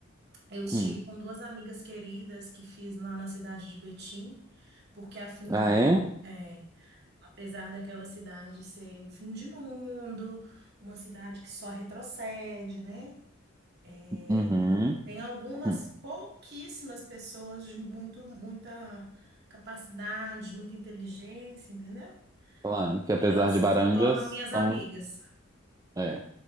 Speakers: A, on the right; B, on the right.
A: eu estive
B: hum.
A: com duas amigas queridas que fiz lá na cidade de Betim, porque afinal.
B: Ah, é?
A: é, Apesar daquela cidade ser um fim de mundo, uma cidade que só retrocede, né? É,
B: Uhum.
A: Tem algumas
B: Hum.
A: pouquíssimas pessoas de muito, muita capacidade, muita inteligência, entendeu?
B: Claro, que apesar
A: E elas
B: de barangas,
A: se tornam minhas amigas.
B: são... É,